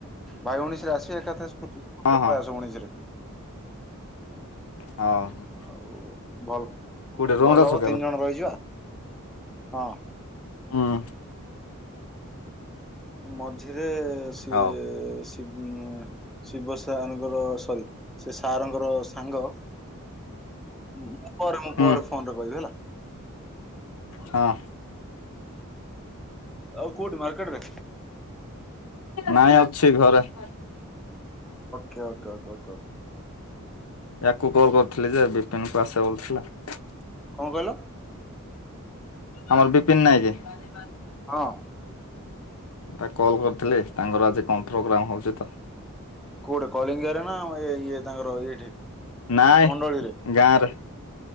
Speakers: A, in the centre; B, on the left.
A: ଭାଇ ଭଉଣୀ ସାରା ଆସି ସେଇ କଥା କେବେ
B: ହଁ ହଁ
A: ଆସିବ ଉଣେଇଶିରେ
B: ହଉ
A: ଆଉ ଭଲ
B: କୋଉଠି ରୁମରେ
A: ଭଲ
B: ଅଛ
A: ହବ
B: କି
A: ତିନି
B: ଏବେ?
A: ଜଣ ରହିଯ ହଁ
B: ହୁଁ
A: ମଝି ସେ
B: ହଉ
A: ସେ ଶିବ ସାର୍ ଙ୍କର ସରି ସେ ସାରଙ୍କର ସାଙ୍ଗ ହୁଁ ପରେ ମୁଁ
B: ହୁଁ
A: ପରେ ଫୋନରେ କହିବି ହେଲା <unintelligible>
B: ହଁ
A: ଆଉ କଉଠି ମାର୍କେଟ ରେ
B: ନାଇଁ ଅ <inaudible> ଅ ସେ ଘରେ <inaudible>
A: କା କା କା କା
B: ୟାକୁ କଲ କରିୁଥିଲି ଯେ ବିପିନ କୁ ଆସିବା ବଲଥିଲା <unintelligible>
A: କଣ କହିଲ
B: ଆମର ବିପିନ ନହିଁକ <unintelligible>
A: ହଁ
B: ମୁଁ ତା କଲ୍ କରିଥିଲି ତାଙ୍କର ଆଜି କଣ୍ଥଗ୍ରାମ ହଉଛି ତ।
A: କୋଉଠି କଳିଙ୍ଗରେ ନା ଇଏ ତାଙ୍କର ଏଇଠି
B: ନାଇଁ
A: ମଣ୍ଡଳୀରେ
B: ଗାଁରେ